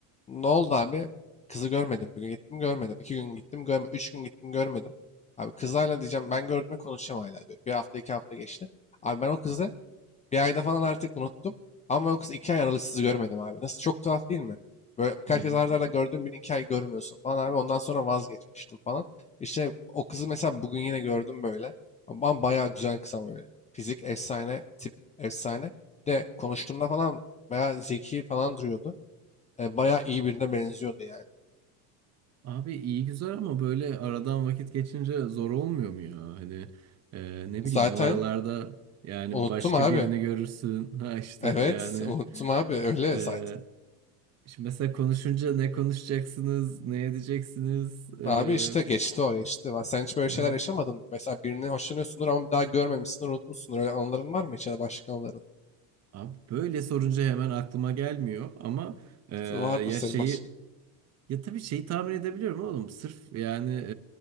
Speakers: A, on the left; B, on the right.
A: Ne oldu abi? Kızı görmedim. Bir gün gittim görmedim. İki gün gittim görmedim. Üç gün gittim görmedim. Abi kızlarla diyeceğim ben gördüğümde konuşacağım hala diyorum. Bir hafta iki hafta geçti. Abi ben o kızı bir ayda falan artık unuttum. Ama yoksa iki ay aralıksız görmedim abi. Nasıl çok tuhaf değil mi? Böyle birkaç
B: hı.
A: kez arda arda gördüğüm bir iki ay görmüyorsun falan abi. Ondan sonra vazgeçmiştim falan. İşte o kızı mesela bugün yine gördüm böyle. Ama bayağı güzel kız ama böyle. Fizik efsane, tip efsane. Bir De konuştuğumda falan bayağı zeki falan duruyordu. E, bayağı iyi birine benziyordu yani.
B: Abi iyi güzel ama böyle aradan vakit geçince zor olmuyor mu ya? Hani e, ne
A: Zaten
B: bileyim o aralarda yani
A: unuttum
B: başka
A: abi.
B: birini görürsün. Ha işte
A: Evet,
B: yani
A: unuttum abi. Öyle
B: e,
A: zaten.
B: şimdi mesela konuşunca ne konuşacaksınız, ne edeceksiniz? E,
A: Abi işte geçti o geçti. Va- Sen hiç böyle
B: hı.
A: şeyler yaşamadın mı? Mesela birini hoşlanıyorsundur ama bir daha görmemişsindir, unutmuşsundur. Öyle anıların var mı hiç ya da başka anıların?
B: abi böyle sorunca hemen aklıma gelmiyor ama e,
A: Vardır
B: ya
A: senin
B: şeyi
A: başka.
B: Ya tabii şeyi tahmin edebiliyorum oğlum. Sırf yani e,